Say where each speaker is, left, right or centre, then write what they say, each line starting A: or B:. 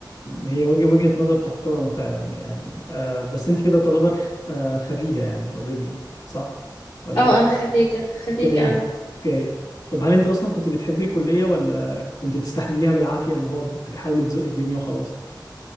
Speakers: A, on the left; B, on the left.
A: هي وجه وجهة نظر تحترم فعلا يعني آه، بس انت كده تعتبر خ- آه، خريجة يعني اوريدي صح ولا
B: اه
A: لسه
B: انا خريجة خريجة
A: اوكي اوكي طب هل انت اصلا كنت بتحبي الكلية ولا كنت بتستحمليها بالعافية اللي هو بتحاولي تزوقي الدنيا وخلاص